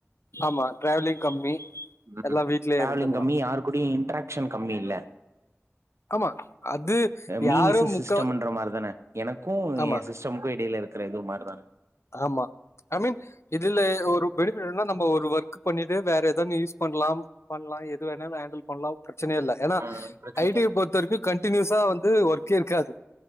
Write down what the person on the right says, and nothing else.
ம்
டிராவலிங்
கம்மி யாரு கூடயு இன்ட்ராக்க்ஷன் கம்மி இல்ல
மீ
விசஸ்
சிஸ்டம்ன்ற மார் தான எனக்கு
எ சிஸ்டமுக்கு இடையில இ ருக்கறது மார் தான
ஆ பிரச்சன
இல்ல